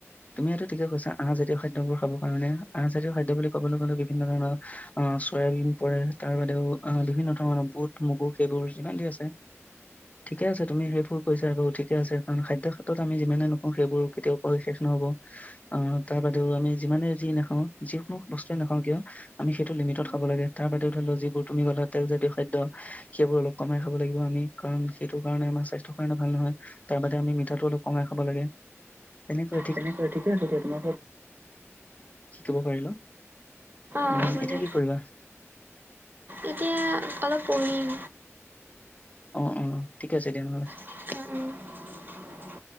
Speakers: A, on the left; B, on the right.
A: তুমি এইটো ঠিকে কৈছা, আহজাতীয় খাদ্যবোৰ খাবৰ কাৰণে, আহজাতীয় খাদ্য বুলি কবলৈ গ'লে বিভিন্ন ধৰণৰ অ', চয়াবিন পৰে। তাৰ বাদেও বিভিন্ন ধৰণৰ বুট, মগু, সেইবোৰ যিমান যি আছে। ঠিকে আছে তুমি সেইবোৰ কৈছা আৰু ঠিকে আছে। কাৰণ খাদ্য ক্ষেত্ৰত আমি যিমানে নকওঁ সেইবোৰ কেতিয়াও কৈ শেষ নহ'ব। অ', তাৰ বাদেও আমি যিমানে যি নাখাওঁ যিকোনো বস্তুৱে নাখাওঁ কিয়। আমি সেইটো লিমিটত খাব লাগে। তাৰ বাদেও ধৰি লও যিবোৰ তুমি কলা তেলজাতীয় খাদ্য সেইবোৰ অলপ কমাই খাব লাগিব আমি। কাৰণ সেইটো কাৰণে আমাৰ স্বাস্থ্য। <unintelligible> ভাল নহয় তাৰ বাদে আমি মিঠাটো অলপ কঙাই খাব লাগে তেনেকুৱা।
B: তেনেকৈ ঠিক আছে দিয়া। <unintelligible>
A: শিকিব পাৰিলো
B: <unintelligible>
A: উম
B: অ হব
A: এতিয়া
B: দিয়া।
A: কি কৰিবা
B: এতিয়া অলপ পঢ়িম।
A: অ অ ঠিক আছে দিয়া নহলে।
B: উম উম।